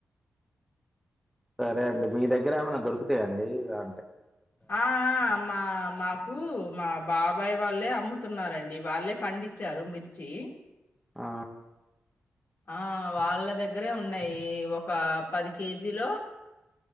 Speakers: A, in the centre; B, on the left.
A: సరే అండి మీ దగ్గర ఏమైనా దొరుకుతాయండి ఆ
B: ఆ ఆ మా మాకు మా బా అబ్బాయి వాళ్ళే అమ్ముతున్నారండి వాళ్ళే పండించారు మిర్చి
A: ఆ
B: ఆ వాళ్ళ దగ్గరే ఉన్నాయి ఒక పది కేజీలో